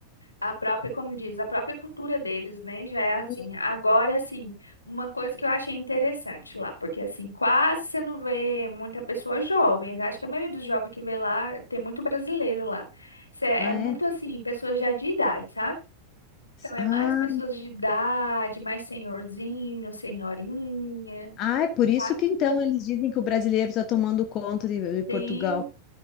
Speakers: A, on the left (about 80°); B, on the left (about 35°).
A: A própria, como diz, a própria cultura deles, né? Já é assim.
B: limpo.
A: Agora, assim, uma coisa que eu achei interessante lá, porque assim, quase você não vê muita pessoa jovem. né? Acho que a maioria dos jovens que vê lá tem muito brasileiro lá. Cê- É
B: Ah,
A: muito
B: é?
A: assim, pessoas já de idade, sabe? Então é
B: Ah,
A: mais pessoas de idade, mais senhorzinho, senhorinha,
B: ah, é por isso
A: tá?
B: que então eles dizem que o brasileiro está tomando conta de de Portugal.
A: tem